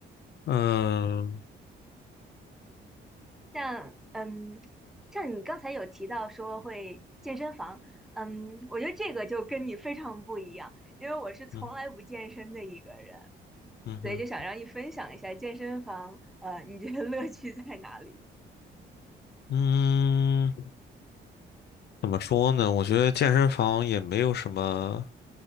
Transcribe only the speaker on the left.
嗯
嗯嗯哼
嗯。怎么说呢？我觉得健身房也没有什么